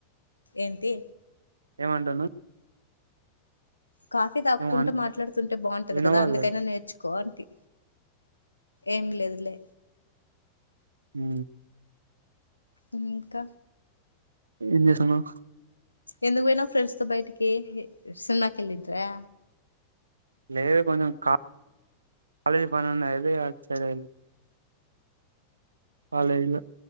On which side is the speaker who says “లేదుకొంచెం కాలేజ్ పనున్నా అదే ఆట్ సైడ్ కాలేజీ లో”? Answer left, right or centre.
Right